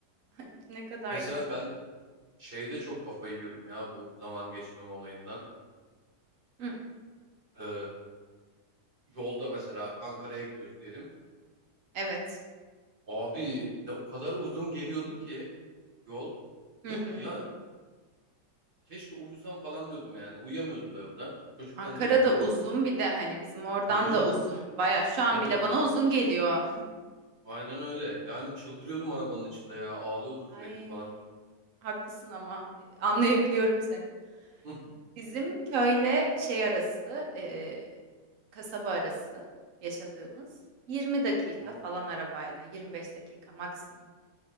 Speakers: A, on the right; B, on the right.
A: Ay, Ne kadar
B: Mesela
A: güzel.
B: ben şeyde çok kafayı yiyordum ya bu zaman geçmeme olayından.
A: Hı.
B: Ee, yolda mesela Ankara'ya gidiyoruz diyelim.
A: Evet.
B: Abi ne o kadar uzun geliyordu ki yol.
A: Hı
B: Diyorum
A: hı.
B: ki ya Keşke uyusam falan diyordum yani. Uyuyamıyordum da yolda. Çocukken
A: Ankara'da
B: de uyuyamıyordum.
A: uzun bir de hani bizim oradan
B: <laughs> Uzun.
A: da uzun. Baya şu an
B: Tabii.
A: bile bana uzun geliyor.
B: Aynen öyle. Yani çıldırıyordum arabanın içinde ya. Ağlıyordum sürekli
A: Ay,
B: falan.
A: haklısın ama e, anlayabiliyorum seni.
B: Hı,
A: Bizim köyle şey arası, e, kasaba arası yaşadığımız 20 dakika
B: hı.
A: falan arabayla, 25 dakika maksimum.